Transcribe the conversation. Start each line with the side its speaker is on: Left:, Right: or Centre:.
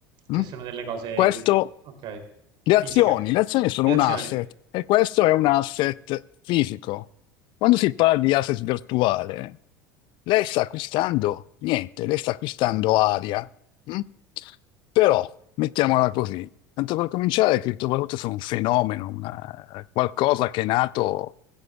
Right: che
Left: Mm?
Right: sono delle cose,
Left: Questo,
Right: ok,
Left: le
Right: fisiche.
Left: azioni, le azioni sono
Right: Le
Left: un
Right: azioni.
Left: asset e questo è un asset fisico. Quando si parla di asset virtuale, lei sta acquistando niente, lei sta acquistando aria. mm? Però, mettiamola così, Tanto per cominciare, le criptovalute sono un fenomeno, una- qualcosa che è nato